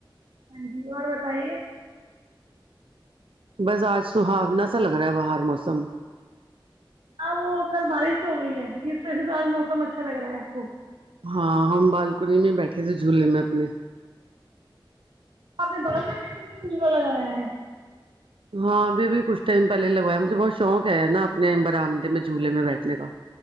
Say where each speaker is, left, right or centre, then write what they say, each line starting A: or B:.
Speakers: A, on the right; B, on the right.
A: ہاں جی اور بتائیے
B: بس آج سہاو نہ اچھا لگ رہا ہے باہر موسم
A: ہاں وہ کل بارش ہو گئی ہے اس و تو آج موسم اچھا لگ رہا ہے آپ کو
B: ہاں ہم بالکی میں بیٹھے تھے جھولے میں اپنے
A: آپ نے بڑک میں نے جلا لگایا ہے
B: ہاں ابھی بھی کچھ ٹائم پہلے ہی لگوایا مجھے بہت شوق ہے نا اپنے برامدے میں جھولے میں بیٹھنے کا